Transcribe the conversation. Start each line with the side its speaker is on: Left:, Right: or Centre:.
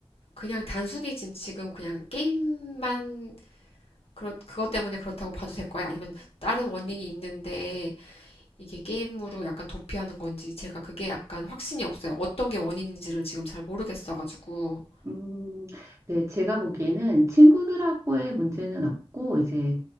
Left: 그냥 단순히 진- 지금 그냥 게임만 그렇, 그것 때문에 그렇다고 봐도 될 거예요? 아니면 다른 원인이 있는데 이게 게임으로 약간 도피하는 건지 제가 그게 약간 확신이 없어요. 어떤 게 원인인지를 지금 잘 모르겠어가지고.
Right: 음, 네, 제가 보기에는 친구들하고의 문제는 없고, 이제